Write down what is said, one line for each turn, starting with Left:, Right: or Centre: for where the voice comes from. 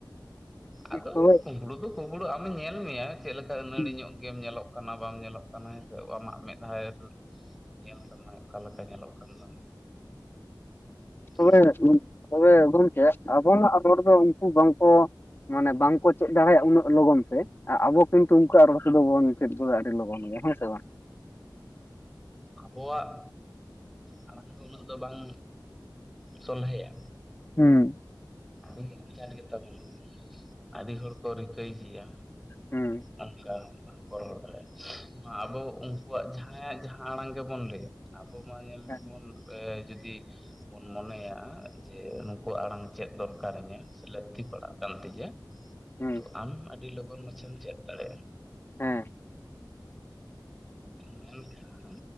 Centre: ᱟᱫᱚ
Left: ᱛᱚᱵᱮ
Centre: ᱠᱩᱢᱵᱽᱲᱩ ᱫᱚ ᱠᱩᱸᱵᱽᱲᱩ ᱟᱢᱮ ᱧᱮᱞ ᱢᱮᱭᱟ ᱪᱮᱫ ᱞᱮᱠᱟ ᱟᱹᱱᱟᱹᱲᱤ
Left: ᱦᱩᱸ
Centre: ᱧᱚᱜ ᱜᱮᱢ ᱧᱮᱞᱚᱜ ᱠᱟᱱᱟ ᱵᱟᱢ ᱧᱮᱞᱚᱜ ᱠᱟᱱᱟ ᱡᱮ ᱟᱢᱟᱜ ᱢᱮᱫ ᱦᱟᱭ ᱧᱮᱞ ᱛᱟᱢᱟᱭ ᱚᱠᱟ ᱞᱮᱠᱟ ᱧᱮᱞᱚᱜ ᱠᱟᱱ ᱛᱟᱢᱟ᱾
Left: ᱛᱚᱵᱮ
Centre: ᱦᱮᱸᱥᱮ
Left: ᱛᱚᱵᱮ ᱜᱚᱢᱠᱮ ᱟᱵᱚᱱᱟᱜ ᱨᱚᱲ ᱫᱚ ᱩᱱᱠᱩ ᱵᱟᱝᱜ ᱠᱚ ᱢᱟᱱᱮ ᱵᱟᱝᱠᱚ ᱪᱮᱫ ᱫᱟᱲᱮᱭᱟᱜᱼᱟ ᱩᱱᱟᱹᱜ ᱞᱚᱜᱚᱱ ᱛᱮ ᱟᱵᱚ ᱠᱤᱱᱛᱩ ᱩᱱᱠᱩᱣᱟᱜ ᱨᱚᱲ ᱛᱮᱫᱚ ᱵᱚᱱ ᱪᱮᱫ ᱜᱚᱫᱟ ᱟᱹᱰᱤ ᱞᱚᱜᱚᱱ ᱜᱮᱭᱟ ᱦᱮᱸ ᱥᱮ ᱵᱟᱝ
Centre: ᱟᱵᱚᱣᱟᱜ ᱟᱲᱟᱝ ᱫᱚ ᱩᱱᱟᱹᱜ ᱫᱚ ᱵᱟᱝ ᱥᱚᱞᱦᱮᱭᱟ᱾
Left: ᱦᱩᱸ᱾
Centre: ᱟᱹᱰᱤ ᱟᱸᱡᱷᱟᱴ ᱜᱮ ᱛᱟᱵᱚᱱᱟ ᱟᱹᱰᱤ ᱦᱚᱲ ᱠᱚ ᱨᱤᱠᱟᱹᱭ ᱜᱮᱭᱟ᱾
Left: ᱦᱩᱸ᱾
Centre: ᱚᱱᱠᱟ ᱵᱟᱝᱠᱚ ᱨᱚᱦᱚᱲ ᱫᱟᱲᱮᱭᱟᱜᱼᱟ ᱱᱚᱶᱟ ᱟᱵᱚ ᱩᱱᱠᱩᱣᱟᱜ ᱡᱟᱦᱟᱸᱭᱟᱜ ᱡᱟᱦᱟᱸ ᱟᱲᱟᱝ ᱜᱮᱵᱚᱱ ᱞᱟᱹᱭ᱾ ᱟᱵᱚ ᱢᱟ ᱧᱮᱞ
Left: ᱦᱮᱸ
Centre: ᱵᱚᱱ ᱡᱩᱫᱤ ᱵᱚᱱ ᱢᱚᱱᱮᱭᱟ ᱡᱮ ᱱᱩᱠᱩᱣᱟᱜ ᱟᱲᱟᱝ ᱪᱮᱫ ᱫᱚᱨᱠᱟᱨ ᱤᱧᱟᱹᱜ ᱥᱮ ᱞᱟᱹᱠᱛᱤ ᱯᱟᱲᱟᱜ ᱠᱟᱱ ᱛᱤᱧᱟᱹ
Left: ᱦᱩᱸ
Centre: ᱛᱚ ᱟᱢ ᱟᱹᱰᱤ ᱞᱚᱜᱚᱱ ᱢᱟᱪᱷᱟᱢ ᱪᱮᱫ ᱫᱟᱲᱮᱭᱟᱜᱼᱟ᱾
Left: ᱦᱮᱸ᱾
Centre: ᱢᱮᱱ ᱠᱷᱟᱱ